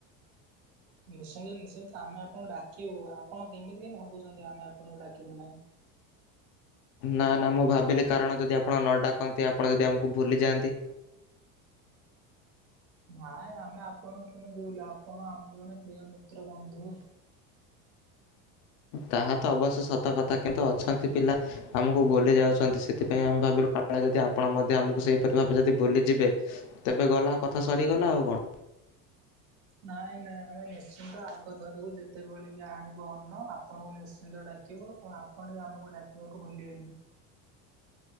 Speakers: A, on the right (about 75°); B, on the left (about 45°).
A: ନିଶ୍ଚନ୍ତ ନିଶ୍ଚିନ୍ତ ଆମେ ଆପଣଙ୍କୁ ଡାକିବୁ ଆପଣ କେମିତି କେ ଭାବୁଛନ୍ତି ଆମେ ଆପଣଙ୍କୁ ଡାକିବୁ ନାହିଁ?
B: ନା ନା ମୁଁ ଭାବିଲି କାରଣ ଯଦି ଆପଣ ନ ଡାକନ୍ତି ଆପଣ ଯଦି ଆମକୁ ଭୁଲିଯାଆନ୍ତି।
A: ନାଇଁ ଆମେ ଆପଣଙ୍କୁ କେମିତି ଭୁଲିବୁ ଆପଣ ଆମର ଜଣେ ପ୍ରିୟ ମିତ୍ର ବନ୍ଧୁ।
B: ତାହା ତ ଅବଶ୍ୟ ସତ କଥା କିନ୍ତୁ ଅଛନ୍ତି ପିଲା ଆମକୁ ଭୁଲି ଯାଉଛନ୍ତି। ସେଥିପାଇଁ ଆମେ ଭାବିଲୁ କାଳେ ଯଦି ଆପଣ ମଧ୍ୟ ଆମକୁ ସେଇପରି ଭାବେ ଯଦି ଭୁଲି ଯିବେ। ତେବେ ଗଲା କଥା ସରିଗଲା ଆଉ କଣ।
A: ନାଇଁ ନାଇଁ ଆମେ ନିଶ୍ଚିନ୍ତ ଆଗ ଧରକୁୁ ଯେତେବେଳେ ବି ଆଣିବୁ ଅନ୍ନ ଆପଣଙ୍କୁ ନିଶ୍ଚିନ୍ତ ଡାକ <unintelligible> କଣ ଆପଣ ବି ଆମକୁ ଡାକିବାକୁ ଭୁଲିବେନି?